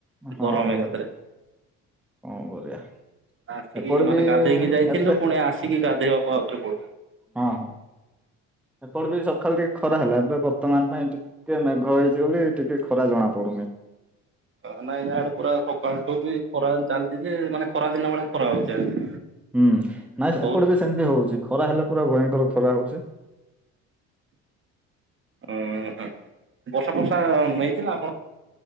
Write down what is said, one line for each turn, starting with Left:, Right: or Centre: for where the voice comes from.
Centre: ହଁ
Right: ଗରମ
Centre: ପରା
Right: ଏକାଥରେ
Centre: କଣ କରିବା
Right: ଆସିକି
Centre: ଏପଟେ
Right: ମାନେ
Centre: ବି
Right: ଗାଧେଇକି ଯାଇଥିଲୁ
Centre: ଏବେ
Right: ପୁଣି ଆସିକି ଗାଧୋଇବା ଆଉଥରେ ପଡିଲା।
Centre: ହଁ ସକାଳୁ ଟିକେ ଖରା ହେଲା ଏବେ ବର୍ତ୍ତମାନ ପାଇଁ ଟିକେ ମେଘ ହେଇଛି ବୋଲି ଟିକେ ଖରା ଜଣା ପଡୁନି।
Right: ଅ ନାଇଁ ଇଆଡେ ପୁରା ସକାଳଠୁ ବି ଖରା ଚାଲିଛି ଯେ ମାନେ ଖରା ଦିନ ଭଳିଆ ଖରା ହଉଛି ଆଜି।
Centre: ହୁଁ ନାଇଁ
Right: ବହୁତ।
Centre: ଏପଟେ ବି ସେମତି ହଉଛି ଖରା ହେଲେ ପୁରା ଭୟଙ୍କର ଖରା ହଉଛି।
Right: ଓ ହ ବର୍ଷା ଫର୍ଷା ଅ ନେଇଥିଲା।